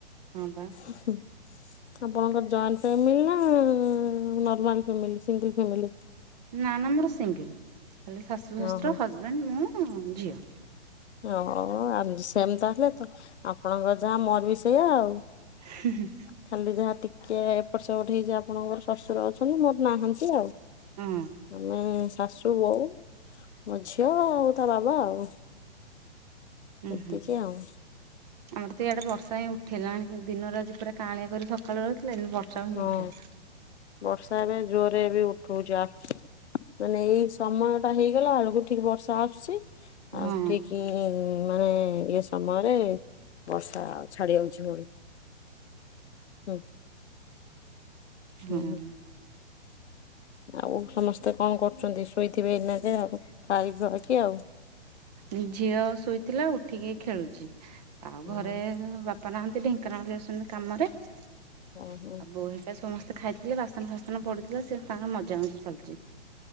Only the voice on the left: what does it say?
ହୁଁ। ଆପଣଙ୍କ ଜଏଣ୍ଟ ଫ୍ୟାମିଲି ନାଆଁ ନର୍ମାଲ ଫ୍ୟାମିଲି ସିଙ୍ଗଲ୍ ଫ୍ୟାମିଲି?
ଓହୋ
ଓ ଆମ ସେମ ତା ହେଲେ ତ ଆପଣଙ୍କ ଯାହା ମୋର ବି ସେୟା ଆଉ।
ଖାଲି ଯାହା ଟିକେ ଏପଟ ସେପଟ ହେଇଚି ଆପଣଙ୍କର ଶଶୁର ଅଛନ୍ତି ମୋର ନାହାନ୍ତି ଆଉ।
ଆମେ ଶାଶୁ, ବୋଉ, ମୋ ଝିଅ, ଆଉ ତା ବାବା ଆଉ।
ଏତିକି
ଆଉ
ହଁ।
ବର୍ଷା ଏବେ ଜୋରରେ ବି ଉଠୋଉଚି। ଆସ ମାନେ ଏଇ ସମୟ ଟା ହେଇଗଲାଳୁ କୁ ଠିକ ବର୍ଷା ଆସୁଚି। ଆଉ
ଠିକ ଏ ମାନେ ଇଏ ସମୟରେ ବର୍ଷା ଛାଡି ଯାଉଛି ଭଳି। ହୁଁ। ହୁଁ।
ଆଉ ସମସ୍ତେ କଣ କରୁଚନ୍ତି। ଶୋଇଥିବେ ଏଇନା ଜାଆ ଖାଇଖୁଆକି ଆଉ।
ଓହୋ
ଓହୋ